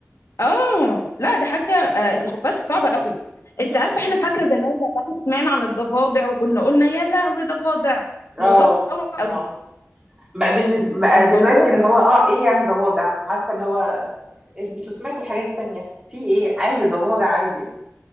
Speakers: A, on the left; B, on the right.
A: اه لا ده حاجه
B: خفاش
A: آه، الخفاش صعب قوي
B: مم.
A: انت عارفه احنا فاكره زمان لما احنا سمعنا عن الضفادع وكنا قلنا يا لهوي ضفادع
B: اه
A: الموضوع اتطور قوي
B: اه بقى, بالنسبة بقى
A: الموضوع
B: دلوقتي اللي
A: بقى
B: هو اه ايه يعني ضفادع عارفه اللي هو انتوا سمعتوا الحاجات التانية في ايه عادي ضفادع عادي